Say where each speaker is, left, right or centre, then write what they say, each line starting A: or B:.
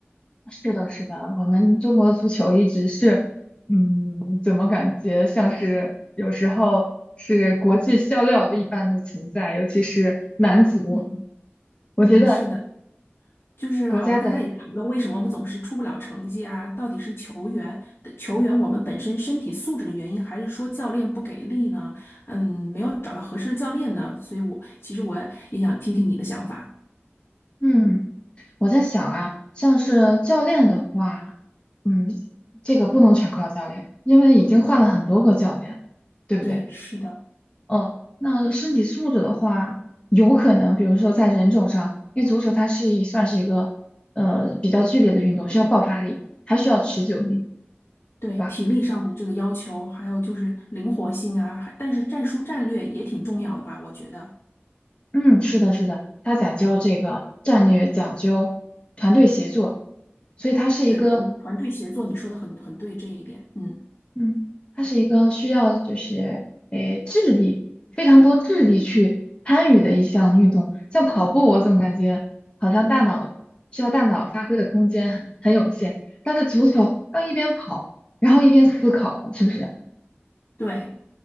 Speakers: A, on the left (about 25°); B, on the left (about 75°).
A: 是的，是的，我们中国足球一直是，嗯，怎么感觉像是有时候是国际笑料一般的存在，尤其是男足，
B: 嗯
A: 我觉得
B: 嗯，是的，就是好像大家也在讨论为什么我们总是出不了成绩啊，
A: 国家的，
B: 到底是球。的球员我们本身身体素质的原因，还是说教练不给力呢？嗯，没有找到合适的教练呢？所以我其实我也想听听你的想法。
A: 嗯，我在想啊，像是教练的话，嗯，这个不能全靠教练，因为已经换了很多个教练，对不对？
B: 对，是的，
A: 呃，那身体素质的话，有可能，比如说在人种上，因为足球它是一算是一个呃比较剧烈的运动，需要爆发力，还需要持久力，
B: 嗯，对，
A: 是吧？
B: 体力上的这个要求，还有就是灵活性啊，还但是战术战略也挺重要的吧？我觉得，
A: 嗯，是的，是的，它讲究这个战略，讲究团队协作，所以它是一个
B: 对，团团队协作，你说的很很对这一点，嗯，
A: 嗯，它是一个需要就是诶智力非常多智力去参与的一项运动，像跑步，我总感觉好像大脑需要大脑发挥的空间很很有限，但是足球要一边跑，然后一边思考，是不是？
B: 对。